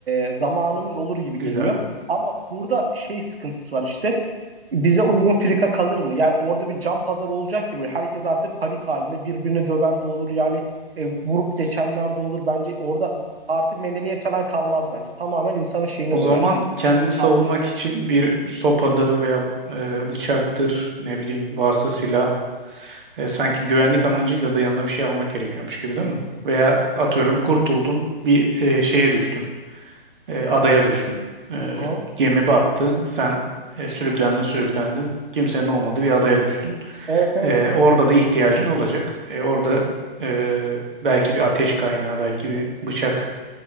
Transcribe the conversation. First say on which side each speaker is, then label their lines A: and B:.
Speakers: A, on the right; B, on the right.
A: E, zamanımız olur gibi
B: güzel.
A: geliyor. Ama burada şey sıkıntısı var işte bize uygun filika kalır mı? Yani orada bir can pazar olacak gibi. Herkes artık panik halinde birbirini döven de olur. Yani e, vurup geçenler de olur. Bence orada artık medeniyet falan kalmaz bence. Tamamen insanın şeyine
B: O zaman
A: döner.
B: kendini
A: Kardeş.
B: savunmak için bir sopadır veya e, bıçaktır ne bileyim varsa silah E, sanki güvenlik amacıyla da yanına bir şey almak gerekiyormuş gibi değil mi? Veya
A: Evet.
B: atıyorum kurtuldun bir e, şeye düştün. e, adaya düştün. E,
A: Hı hı.
B: gemi battı. Sen e, sürüklendin sürüklendin. Kimsenin olmadığı bir adaya düştün.
A: Evet evet.
B: E, orada da ihtiyacın olacak. E, orada e, belki bir ateş kaynağı, belki bir bıçak